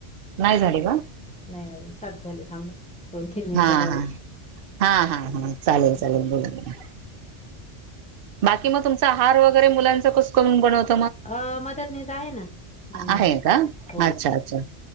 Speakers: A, on the right; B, in the centre.
A: नाही झाले वाऽऽ
B: नाही अजून सात झाले थांबा.. दोन तीन मिनिटं
A: हा
B: बोला.
A: हा हा हा हा चालेल
B: हम्म.
A: चालेल बोला.. बाकी मग तुमचा आहार वगैरे मुलांच कसक बनत
B: अ मदतनीस जा आहे ना बनवायला
A: आहे का
B: हो
A: अच्छा
B: हो..
A: अच्छा